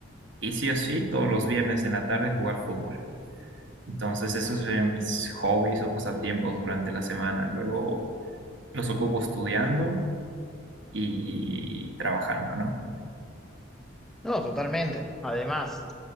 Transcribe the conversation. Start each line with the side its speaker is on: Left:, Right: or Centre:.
Right: y sí o sí todos los viernes en la tarde jugar fútbol. Entonces, esos son mis hobbies o pasatiempos durante la semana. Luego los ocupo estudiando y trabajando, ¿no?
Centre: No, totalmente. Además,